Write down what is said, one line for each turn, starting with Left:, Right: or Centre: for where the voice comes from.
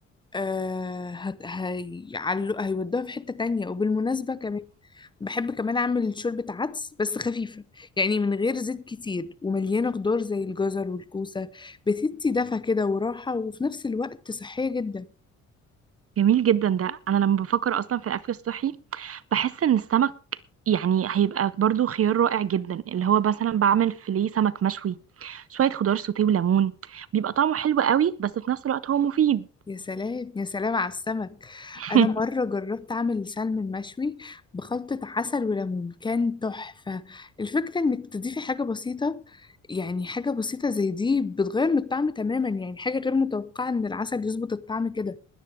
Left: آه هت... هي... هيودوها في حتة تانية وبالمناسبة كمان بحب كمان أعمل شوربة عدس بس خفيفة يعني من غير زيت كتير ومليانة خضار زي الجزر والكوسة بتدي دفى كده وراحة وفي نفس الوقت صحية جدا
Right: جميل جدا ده انا لما بفكر اصلا في الاكل الصحي بحس ان السمك يعني هيبقى برضو خيار رائع جدا اللي هو مثلا بعمل فيليه سمك مشوي شوية خضار سوتيه وليمون بيبقى طعمه حلو قوي بس في نفس الوقت هو مفيد
Left: يا سلام يا سلام على السمك
Right: <laughs>
Left: أنا مرة جربت أعمل سلمون مشوي بخلطة عسل وليمون كان تحفة الفكرة إنك تضيفي حاجة بسيطة يعني حاجة بسيطة زي دي بتغير من الطعم تماما يعني حاجة غير متوقعة إن العسل يظبط الطعم كده